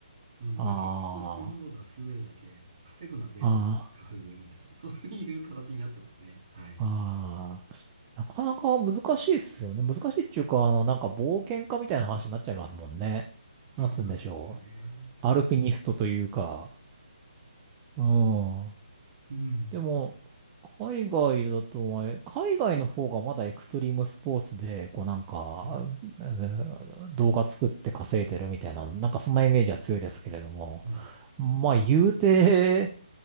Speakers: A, on the right (about 45°); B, on the right (about 20°).
A: うん、
B: ああ。
A: まあ、結局スノーボードは滑るだけ、
B: あ
A: 稼ぐのは別の稼ぐみたいな、
B: あ。
A: <laughs> そういう形になってますね。はい。
B: ああ、なかなか難しいっすよね。難しいっていうか、あの、なんか冒険家みたいな話になっちゃいますもんね。
A: そうなんですよね。
B: なんつうんでしょう。アルピニストというか。うん。
A: うん。
B: でも、海外だと、あれ海外の方がまだエクストリームスポーツで、こうなんか、
A: はい。
B: えー動画作って稼いでるみたいな、なんかそんなイメージは強いですけれども。
A: はい
B: まあ、言うて、